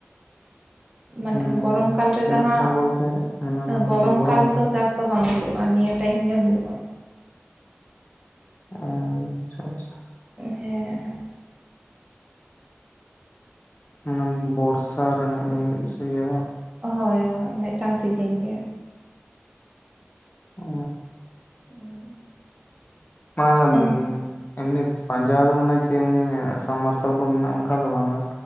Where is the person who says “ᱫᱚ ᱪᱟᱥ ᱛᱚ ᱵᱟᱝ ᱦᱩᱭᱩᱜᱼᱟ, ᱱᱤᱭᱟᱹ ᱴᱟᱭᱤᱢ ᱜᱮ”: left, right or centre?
Right